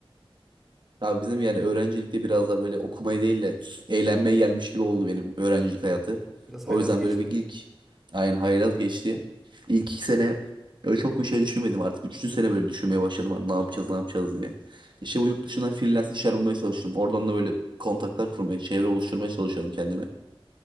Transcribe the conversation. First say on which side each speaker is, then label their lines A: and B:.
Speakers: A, on the right; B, in the centre.
A: Abi bizim yani öğrencilikte biraz da böyle okumaya değil de eğlenmeye gelmiş gibi oldu benim öğrencilik hayatı.
B: Biraz
A: O
B: haylaz
A: yüzden
B: geçti.
A: böyle bir ilk aynı haylaz geçti. İlk iki sene öyle çok bir şey düşünmedim artık. Üçüncü sene böyle düşünmeye başladım. Hani ne yapacağız ne yapacağız diye. İşte bu yurt dışından freelance işler bulmaya çalıştım. Oradan da böyle kontaklar kurmaya, çevre oluşturmaya çalışıyorum kendime.